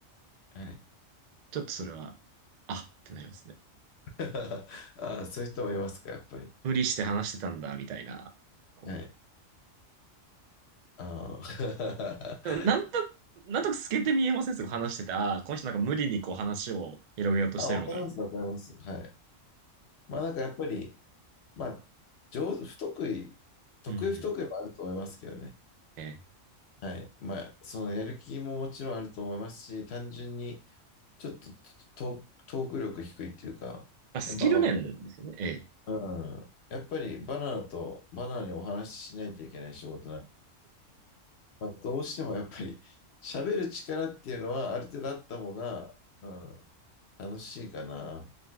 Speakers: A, on the left; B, on the right.
A: はい
B: ちょっとそれは、あってなりますね。
A: <laughs> あ、そういう人もいますか、やっぱり。
B: 無理して話してたんだ、みたいな、こ
A: はい。あー
B: でもなんと、
A: <laughs>
B: なんとなく透けて見えませんすごい話してて、ああ、この人なんか無理にこう話を広げようとしてるのかな、
A: あ、わかります、
B: みたい
A: わかります。はい。まあなんかやっぱり、まあ、上手、不得意、得意不得意もあると思いますけどね。
B: な。うんうん。ええ。
A: はい。まあ、そのやる気ももちろんあると思いますし、単純にちょっとトトーク力低いっていうか、
B: まあ、スキル面ですよね。
A: やっぱ、ま
B: ええ。
A: あ、うん。やっぱりバナナとバナナにお話ししないといけない仕事なんで、まあ、どうしてもやっぱり喋る力っていうのはある程度あった方が、うん、楽しいかな。